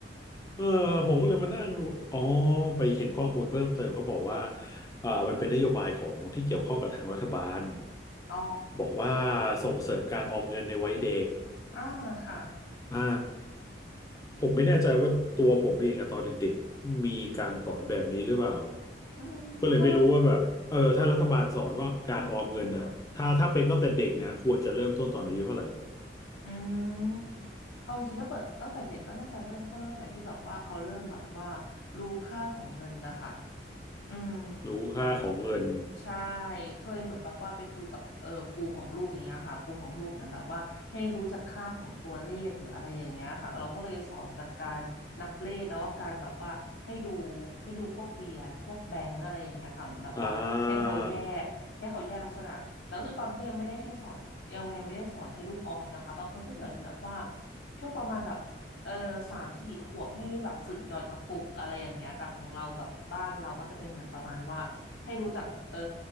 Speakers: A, on the left; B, on the left.
A: ม
B: เออผมก็เลยมานั่งดูอ๋อไปเห็นข้อมูลเพิ่มเติมก็บอกว่าอ่ามันเป็นนโยบายของที่เกี่ยวข้องกับทางรัฐบาล
A: อ๋อ
B: บอกว่าส่งเสริมการออมเงินในวัยเด็ก
A: อ่าค่ะ
B: อ่าผมไม่แน่ใจว่าตัวผมเองอะตอนเด็กๆมีการสอนแบบนี้หรือเปล่า
A: อืมก็
B: ก็เลยไม่รู้ว่าแบบเออถ้ารัฐบาลสอนว่าการออมเงินนะถ้าถ้าเป็นตั้งแต่เด็กนะควรจะเริ่มต้นตอนอายุเท่าไหร่
A: อืมเอาจริงๆถ้าเปิดตั้งแต่เด็กก็น่าจะเริ่มต้นตั้งแต่ที่แบบว่าเขาเริ่มแบบว่ารู้ค่าของเงินนะคะ อืม
B: รู้ค่าของเงิน
A: ใช่ เคยเหมือนแบบว่าไปคุยกับเออครูของลูกอย่างเงี้ยค่ะครูของลูกเหมือนแบบว่าให้รู้จักค่าของตัวเลขหรืออะไรอย่างเงี้ยค่ะเราก็เลยสอนจากการนับเลขแล้วก็การแบบว่าให้ดูให้ดูพวกเหรียญพวกแบงก์อะไรอย่างเงี้ยค่ะเหมือนแบบว่าให้เขาแยกให้เขาแยกลักษณะแต่ก็คือตอนนี้ก็ยังไม่ได้ให้สอนยังยังไม่ได้สอนให้ลูกออมนะคะบางคนก็เหมือนแบบว่า
B: อ่า
A: ช่วงประมาณแบบเออสามสี่ขวบให้แบบฝึกหยอดกระปุกอะไรอย่างเงี้ยแต่ของเราแบบบ้านเราก็จะเป็นเหมือนประมาณว่า ให้รู้จักเอ่อ